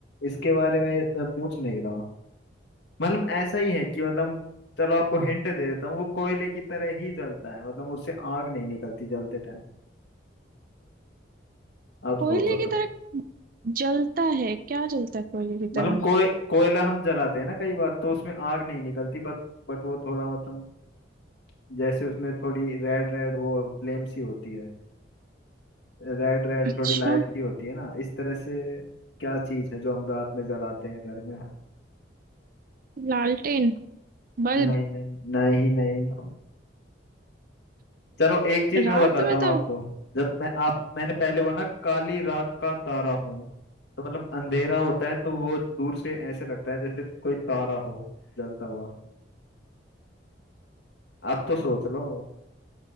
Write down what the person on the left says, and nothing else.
इसके बारे में मैं पूछ नहीं रहा मतलब ऐसा ही है कि मतलब चलो आपको हिंट दे देता हूँ वो कोयले की तरह ही जलता है मतलब उससे आग नहीं निकलती जलते टाइम आप
सोचो
तो
मतलब
कोय कोयला हम जलाते हैं ना कई बार तो उसमें आग नहीं निकलती बट बट वो थोड़ा मतलब जैसे उसमें थोड़ी रेड रेड वो फ्लेम सी होती है रेड रेड
थोड़ी लाइट सी होती है ना इस तरह से क्या चीज है जो हम रात में जलाते हैं घर में
नहीं नहीं नहीं नहीं चलो एक चीज
मैं बताता
हूँ
आपको जब मैं आप मैंने पहले वो ना काली रात का तारा हूँ तो मतलब अंधेरा होता है तो वो दूर से ऐसे लगता है जैसे कोई तारा हो जलता हुआ आप तो सोच लो